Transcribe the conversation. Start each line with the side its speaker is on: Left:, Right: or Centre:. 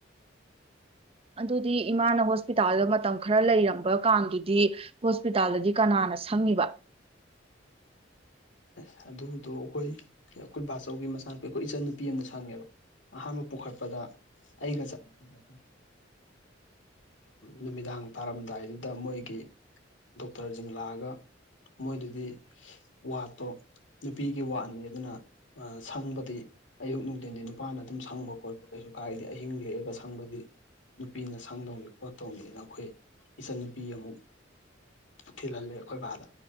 Right: ꯑꯗꯨꯗꯤ ꯏꯃꯥꯅ ꯍꯣꯁꯄꯤꯇꯥꯜꯗ ꯃꯇꯝ ꯈꯔ ꯂꯩꯔꯝꯕ ꯀꯥꯟꯗꯨꯗꯤ ꯍꯣꯁꯄꯤꯇꯥꯜꯗꯗꯤ ꯀꯅꯥꯅ ꯁꯪꯉꯕ
Left: ꯑ ꯑꯗꯨꯗꯣ ꯑꯩꯈꯣꯏ ꯑꯩꯈꯣꯏ ꯕꯥꯆꯧꯒꯤ ꯃꯆꯥꯅꯄꯤ ꯑꯩꯈꯣꯏ ꯏꯆꯟꯅꯨꯄꯤ ꯑꯃꯅ ꯁꯪꯉꯦꯕ ꯑꯍꯥꯟꯕ ꯄꯨꯈꯠꯄꯗ ꯑꯩꯒ ꯆꯠꯉꯗ ꯅꯨꯃꯤꯗꯥꯡ ꯇꯥꯔꯝꯗꯥꯏꯗꯨꯗ ꯃꯣꯏꯒꯤ ꯗꯣꯛꯇꯔꯁꯤꯡ ꯂꯥꯛꯑꯒ ꯃꯣꯏꯗꯨꯗꯤ ꯋꯥꯠꯇꯣ ꯅꯨꯄꯤꯒꯤ ꯋꯥꯠꯅꯤ ꯑꯗꯨꯅ ꯁꯪꯕꯗꯤ ꯑꯌꯨꯛ ꯅꯨꯡꯊꯤꯟꯗꯤ ꯅꯨꯄꯥꯅ ꯑꯗꯨꯝ ꯁꯪꯕ ꯈꯣꯠꯄ ꯀꯩꯁꯨ ꯀꯥꯏꯗꯤ ꯑꯍꯤꯡ ꯂꯦꯛꯑꯒ ꯁꯪꯕꯗꯤ ꯅꯨꯄꯤꯅ ꯁꯪꯗꯧꯅꯤ ꯈꯣꯠꯇꯧꯅꯤꯅ ꯑꯩꯈꯣꯏ ꯏꯆꯟꯅꯨꯄꯤ ꯑꯃꯨꯛ ꯊꯤꯜꯍꯜꯂꯦ ꯑꯩꯈꯣꯏ ꯕꯥꯥꯗ